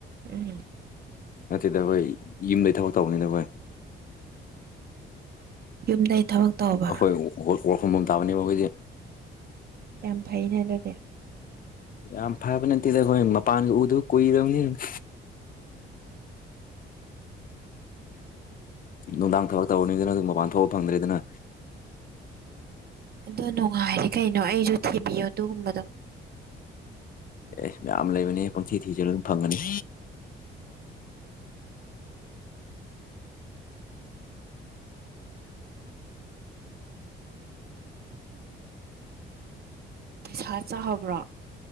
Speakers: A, on the right; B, on the left.
A: ꯎꯝ
B: ꯅꯠꯇꯦꯗ ꯑꯩꯈꯣꯏ ꯌꯨꯝꯗꯩ ꯊꯕꯛ ꯇꯧꯕꯅꯤꯗ ꯑꯈꯣꯏ
A: ꯌꯨꯝꯗꯩ ꯊꯕꯛ ꯇꯧꯕ
B: ꯑꯩꯈꯣꯏ ꯋꯥꯔꯜ ꯋꯥꯔꯐꯝ ꯑꯝ ꯇꯥꯕꯅꯦꯕ ꯑꯩꯈꯣꯏꯗꯤ
A: ꯌꯥꯝ ꯐꯩꯅ ꯑꯗꯨꯗꯤ
B: ꯌꯥꯝ ꯐꯕ ꯅꯠꯇꯦꯗ ꯑꯈꯣꯏ ꯃꯄꯥꯟꯒ ꯎꯗꯕ ꯀꯨꯏꯔꯕꯅꯤꯅ ꯅꯨꯡꯗꯥꯡ ꯊꯕꯛ ꯇꯧꯕꯅꯤꯗꯅ ꯑꯗꯨꯝ ꯃꯄꯥꯟ ꯊꯣꯛꯑ ꯐꯪꯗ꯭ꯔꯦꯗꯅ
A: ꯑꯗꯣ ꯅꯣꯡꯉꯥꯏꯔꯦ ꯀꯩꯅꯣ ꯑꯩꯖꯨ ꯊꯤꯕꯤꯌꯣ ꯑꯗꯨꯒꯨꯝꯕꯗꯣ
B: ꯑꯦꯁ ꯃꯌꯥꯝ ꯂꯩꯕꯅꯦ ꯄꯪꯊꯤ ꯊꯤꯖꯜꯂꯨ ꯑꯗꯨꯝ ꯐꯪꯒꯅꯤ
A: ꯄꯩꯁꯥ ꯆꯥꯍꯕ꯭ꯔꯣ